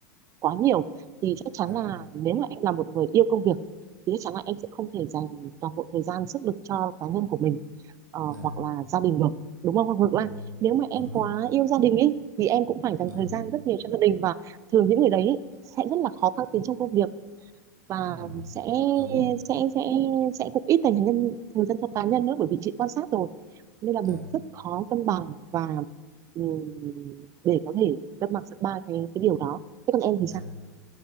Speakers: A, on the right (about 35°); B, on the right (about 80°).
A: quá nhiều thì chắc chắn
B: dạ,
A: là nếu mà em là một người yêu công việc thì chắc chắn là em sẽ không thể dành toàn bộ thời gian sức lực cho cá nhân của mình ờ,
B: dạ,
A: hoặc là gia đình được đúng không hoặc ngược lại
B: ừ,
A: nếu mà em
B: đúng
A: quá
B: rồi,
A: yêu gia đình ấy thì em cũng phải dành
B: vâng,
A: thời gian rất nhiều cho gia đình và thường những người đấy ý, sẽ rất là khó thăng tiến trong công việc và
B: ừ,
A: sẽ
B: đúng,
A: sẽ sẽ sẽ cũng ít dành thời gian thời gian cho cá nhân nữa bởi vì chị quan sát rồi nên là
B: dạ,
A: mình rất khó cân bằng và ừ, để có thể cân bằng giữa ba cái cái điều đó thế còn em
B: dạ.
A: thì sao